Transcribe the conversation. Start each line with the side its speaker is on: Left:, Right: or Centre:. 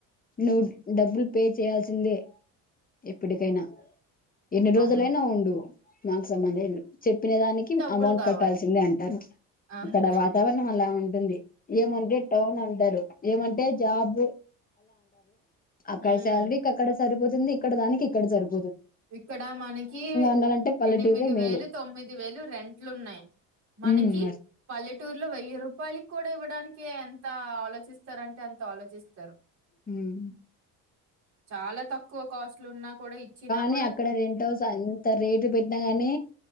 Left: నువ్వు డబ్బులు పే చేయాల్సిందే ఎప్పుటికైనా. ఎన్ని రోజులైనా
Right: అవును
Left: ఉండు. మాక్ సంబందే ఉండద్ చెప్ చెప్పిన దానికి
Right: డబ్బులు
Left: అమౌంట్
Right: కావాలి
Left: కట్టాల్సిందే అంటరు.
Right: అంతే
Left: అక్కడ వాతావరణం అలా ఉన్ ఉంది, ఏమంటే టౌన్ అంటరు, ఏమంటే జాబ్. అక్కడ
Right: ఉమ్
Left: సాలరీకి అక్కడ సరిపోతున్ తుంది, ఇక్కడ దానికి ఇక్కడ జరిపో
Right: ఇక్కడ మనకి
Left: ఉండాలంటే పల్లెటూరే
Right: ఎనిమిది
Left: మేలు
Right: వేలు, తొమ్మిది వేలు రెంట్లు ఉన్నాయి. మనకి
Left: ఉమ్ మరి
Right: పల్లెటూరులో వెయ్యి రూపాయలకి కూడా ఇవ్వట్ డానికే ఎంత ఆలోచిస్తరంటే అంత ఆలోచిస్తారు.
Left: ఉమ్
Right: చాలా తక్కువ కాస్ట్లు ఉన్న. కూడా ఇచ్చినాక్
Left: నీ అక్కడ రెంట్ హౌస్ అంత రేటు పెట్టినా గానీ